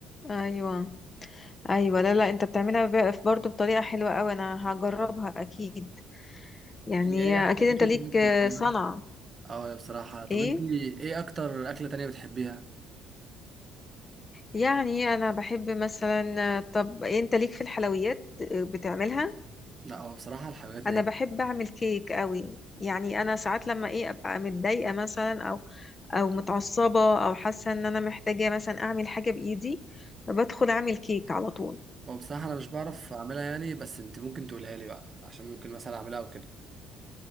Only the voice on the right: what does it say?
انت ايه احسن
اكله
تانية بتحبيها
اه بصراحه طب
انت ايه اكتر اكله تانية بتحبيها
لا هو بصراحه الحلويات
نهائي
هو بصراحه انا مش بعرف اعملها يعني بس انت ممكن تقولها لي بقى عشان ممكن مثلا اعملها او كده